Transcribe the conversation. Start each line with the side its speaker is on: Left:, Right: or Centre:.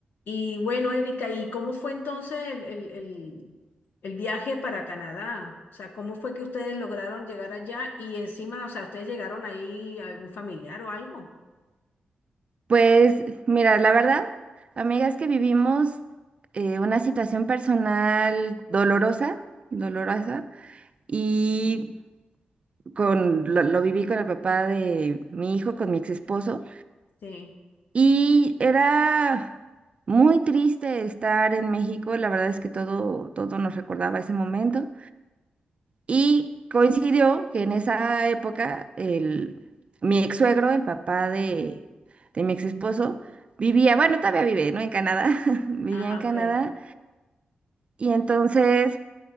Left: Y bueno, Erika, ¿y cómo fue entonces el, el- el- el viaje para Canadá? O sea, ¿cómo fue que ustedes lograron llegar allá? Y encima, o sea, ¿ustedes llegaron ahí a algún familiar o algo?
Right: Pues mira, la verdad, amigas, que vivimos eh, una situación personal dolorosa, dolorosa, y
Left: Mm.
Right: con, lo, lo viví con el papá de mi hijo, con mi ex esposo,
Left: Sí.
Right: y era muy triste estar en México, la verdad es que todo, todo nos recordaba ese momento, y coincidió que en esa época el, mi ex suegro, el papá de, de mi ex esposo, vivía, bueno, todavía vive, ¿no? En Canadá, <laughs> vivía
Left: Ah,
Right: en
Left: ok,
Right: Canadá. Y entonces,